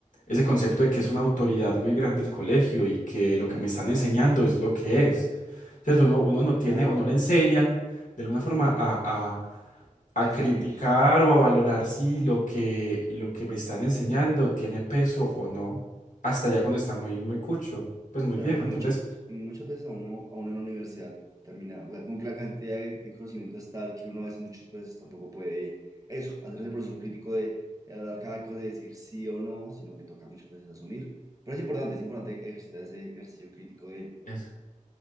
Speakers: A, on the left (about 75°); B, on the right (about 25°).
A: ese concepto de que es una autoridad muy grande el colegio y que lo
B: Sí,
A: que me están enseñando es lo que es, ¿cierto? Uno, uno no
B: claro,
A: tiene o no le enseñan de alguna forma a, a- a
B: a
A: criticar
B: discernir,
A: o a valorar si lo que, lo que me están enseñando tiene peso o no, hasta ya cuando está muy, muy cucho, pues muy
B: claro.
A: viejo.
B: Y,
A: Entonces...
B: mucho, y muchas veces a uno, a uno en la universidad terminado, o sea, como que la cantidad de, de conocimiento es tal que uno a veces muchas veces tampoco puede eso, hacer ese proceso crítico de, de hablar cada cosa, de decir sí o no, sino que toca muchas veces asumir. Pero es importante, es importante ejercitar ese ejercicio crítico de
A: Ajá.